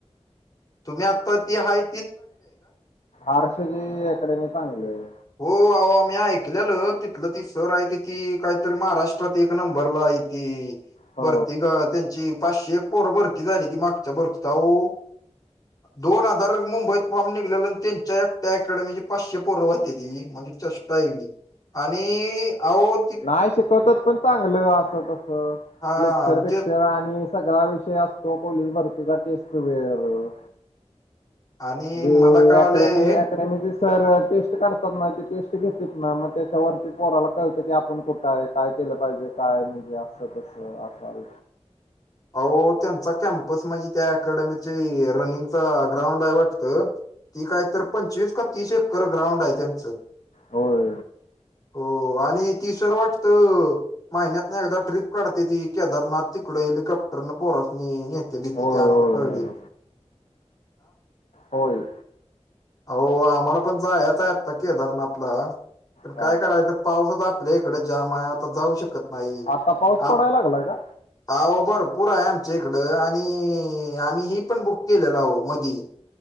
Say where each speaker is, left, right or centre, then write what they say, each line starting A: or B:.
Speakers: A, on the left (about 35°); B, on the left (about 75°).
A: तुम्ही आता ती हाय
B: आरसेजी अकॅडमी चांगली हाय.
A: हो आओ आम्ही ऐकलेलं, तिथलं ती सर आहेती ती काहीतरी महाराष्ट्रात एक नंबरला हाय. की
B: हो
A: भरती कवा त्यांची पाचशे एक पोर भरती झाली ती मागच्या भरतीत, अहो दोन हजार मुं बईत निघल्यालं आणि त्यांच्या एकट्या अकॅडमीचे पाचशे पोर वाहतेती. म्हणजे चेष्टा हाय होय. आणि आओ
B: नाही शिकवतात पण चांगलं, असं तस
A: हा
B: लेक्चर बेक्चर
A: ते
B: आणि सगळा विषय असतो पोलीस भरतीचा. टेस्ट वेळेवर
A: आणि
B: जे
A: मला कळालंय
B: अकॅडमी अकॅडमीचे सर जे टेस्ट काढतात ना, ती टेस्ट घेत्यात ना, मग त्याच्यावरती पोराला कळ तं की आपण कुठं हाय, काय केलं पाहिजे? काय म्हणजे असं तस असं असं
A: अहो त्यांचा कॅम्पस म्हंजे त्या अकॅडमीची रनिंगचा ग्राउंड आहे वाटतं. ती काय तर पंचवीस का तीस एकर ग्राउंड आहे त्यांचं.
B: होय.
A: हो आणि ती सर वाटतं महिन्यातनं एकदा ट्रिप काढत्याती, केदारनाथ तिकडं हेलिकॉप् टरनी पोरासनी नेत्याली
B: होय
A: तेबी आम्हाला
B: होय
A: कळलय.
B: होय होय.
A: आहो आम्हालापण जायचं हाय आता केदारनाथला पण
B: हा
A: काय करायचं पाऊसच आपल्या इकडे जाम हे, आता जाऊ शकत नाही.
B: आता पाऊस
A: आ
B: पडायला लागलाय का
A: आओ भर पुर आहे आमच्या इकडं आणि आम्हीही पण बुक केलेलं आहो मधी